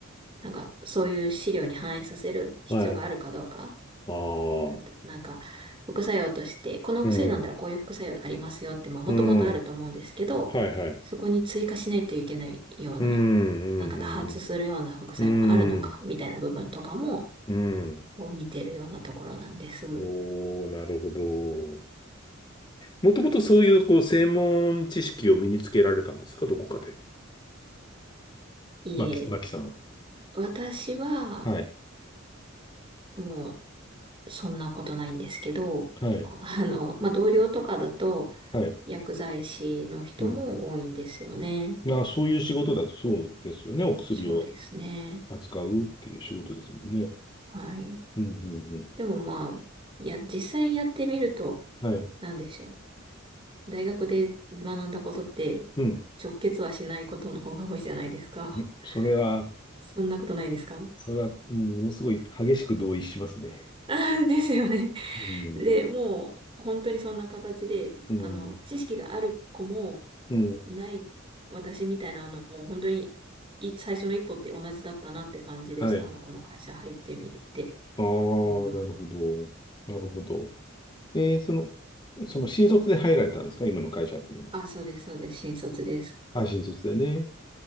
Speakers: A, on the right; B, on the left.
A: なんか、そういう資料に反映させる必要があるかどうか。
B: はい。ああ。
A: だってなんか、副作用として、このお薬飲んだらこういう副作用ありますよって、
B: うん。
A: まあもともとあると思うんですけど、
B: うん。はい、はい。
A: そこに追加しないといけないような、
B: うん、
A: なんか多発するような副作用があるのか、
B: うん、うん。うん。
A: みたいな部分とかも、
B: うん。
A: こう見てるようなところなんです。
B: おおー、なるほど。もともとそういう、こう、専門知識を身につけられたんですか、どこかで。
A: いえ、
B: マキ、マキさんは。
A: 私は、
B: はい。
A: もう、そんなことないんですけど、
B: はい。
A: <laughs> あの、まあ、同僚とかだと、
B: はい。
A: 薬剤師の人も多いんですよね。
B: うん。まあ、そういう仕事だとそうですよね。お薬を
A: そうですね。
B: 扱うっていう仕事ですもんね。
A: はい。
B: うん、うん、うん。
A: でもまあ、いや、実際やってみると、
B: はい。
A: なんでしょう。大学で学んだことって、
B: うん。
A: 直結はしないことの方が多いじゃないですか。
B: んそれは、
A: <laughs> そんなことないですか <laughs>
B: それは、うんものすごい激しく同意しますね。
A: あーですよね。
B: うん。
A: <laughs> で、もう、本当にそんな形で、
B: うん。
A: あの、知識がある子も、
B: うん。
A: ない私みたいな、あの、もう本当に、い、最初の一歩って同じだったなって感じでした。
B: はい。
A: あの、この会社入ってみるって
B: ああ、
A: 思うのは。
B: なるほど。なるほど。えー、その、その新卒で入られたんですか今の会社っていうのは。
A: あ、そうです、そうです。新卒です。
B: あ、新卒でね。